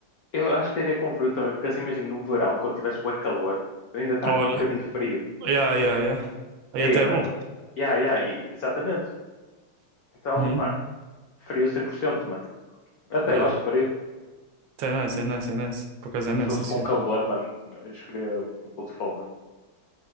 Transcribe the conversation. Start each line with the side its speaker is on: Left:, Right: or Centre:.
Left: Eu acho que iria com frio também, porque assim, imagina, no verão, quando tivesse bué calor, eu ainda está
Right: Olha,
Left: com um bocadinho de frio.
Right: yeah, yeah, yeah. Aí
Left: Eia,
Right: até
Left: mano.
Right: é bom.
Left: Ya, ya, e- exatamente. Então,
Right: Uhum.
Left: mano, frio 100% mano. Eu até
Right: Yeah.
Left: gosto de frio.
Right: Até é nice, é nice, é nice. Por acaso
Left: Agora,
Right: é nice,
Left: se fosse
Right: sim, senhor.
Left: com calor, mano, eu escolheria o de fome, mano.